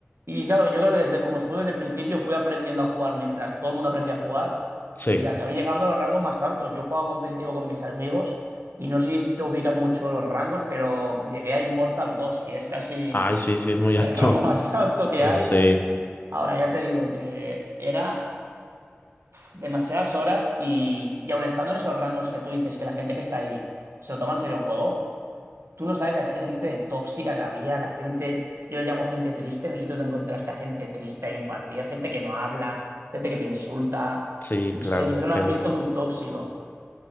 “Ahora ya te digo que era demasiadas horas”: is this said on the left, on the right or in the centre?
Right